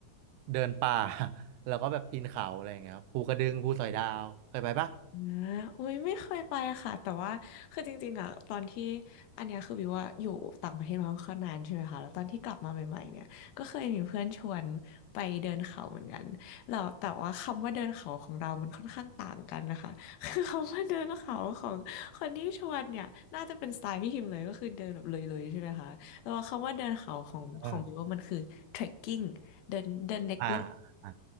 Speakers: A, on the right (about 80°); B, on the left (about 80°).
A: เดินป่า <laughs> แล้วก็แบบปีนเขาอะไรอย่างเงี้ยครับภูกระดึงภูสอยดาวเคยไปปะ
B: นะอุ้ยไม่เคยไปอะค่ะแต่ว่าคือจริงๆอ่ะตอนที่อันเนี้ยคือวิวว่าอยู่ต่างประเทศมาค่อนข้างนานใช่ไหมคะแล้วตอนที่กลับมาใหม่ๆเนี่ยก็เคยมีเพื่อนชวนไปเดินเขาเหมือนกันแล้วแต่ว่าคำว่าเดินเขาของเรามันค่อนข้างต่างกันนะคะ <laughs> คือคำว่าเดินเขาของคนที่ชวนเนี่ยน่าจะเป็นสไตล์พี่ฮิมพ์เลยก็คือเดินแบบเลยๆใช่ไหมคะแต่ว่าคำว่าเดินเขาของของวิวว่ามันคือ
A: อา
B: trekking เดินเดินเล็ก
A: อ่าอ่า